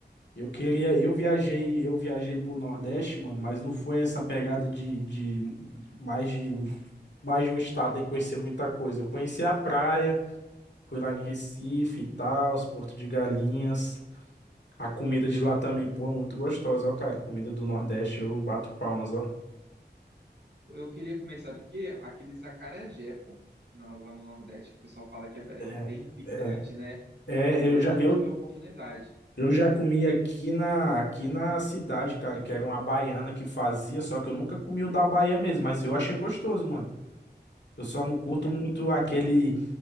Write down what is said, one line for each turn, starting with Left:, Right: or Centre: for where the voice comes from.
Left: Eu queria. Eu viajei, eu viajei pro Nordeste, mano, mas não foi essa pegada de, de mais de. Mais de um estado e conhecer muita coisa. Eu conheci a praia. Fui lá em Recife e tal, os Porto de Galinhas. A comida de lá também, pô, é muito gostosa, ó, cara. Comida do Nordeste, eu bato palmas, ó.
Right: Eu queria comer, sabe o quê? Aqueles acarajé, pô, na- lá no Nordeste, que o pessoal fala que é bem,
Left: É,
Right: bem picante,
Left: é,
Right: né?
Left: é,
Right: Eu
Left: eu
Right: ainda
Left: já, eu,
Right: não tive a oportunidade.
Left: eu já comi aqui na, aqui na cidade, cara, que era uma baiana que fazia, só que eu nunca comi o da Bahia mesmo, mas eu achei gostoso, mano. Eu só não curto
Right: Ca-
Left: muito aquele.